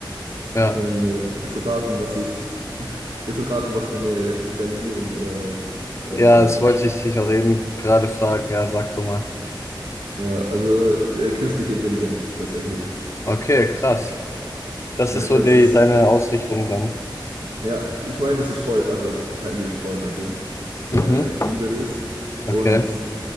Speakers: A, on the left; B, on the right.
A: Ja,
B: ich meine, äh, wird schon raten, was ich, <laughs> wird schon raten, was für eine Spezialisierung oder äh,
A: ja, das wollte
B: Schwerpunkt
A: ich dich
B: ich
A: auch
B: dann hab.
A: eben gerade fragen. Ja, sag doch mal.
B: Ja, also äh, künstliche Intelligenz tatsächlich.
A: Okay, krass. Das
B: Ja,
A: ist so
B: aber
A: die,
B: das ist,
A: deine Ausrichtung dann.
B: ja, ich meine, das ist voll, also KI ist voll mein Ding.
A: Mhm.
B: Äh, ich liebe das.
A: Okay,
B: Und